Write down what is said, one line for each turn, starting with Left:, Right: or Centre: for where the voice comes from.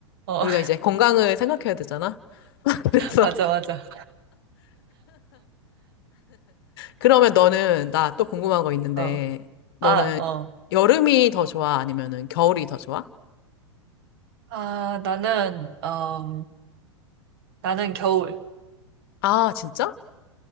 Right: 어.
Left: 우리가 이제 건강을 생각해야 되잖아? <laughs> 그래서,
Right: <laughs> 맞아, 맞아.
Left: 그러면 너는, 나 또 궁금한 거 있는데,
Right: 어.
Left: 너는
Right: 아, 어.
Left: 여름이 더 좋아? 아니면은 겨울이 더 좋아?
Right: 아, 나는, 어, 나는 겨울.
Left: 아, 진짜?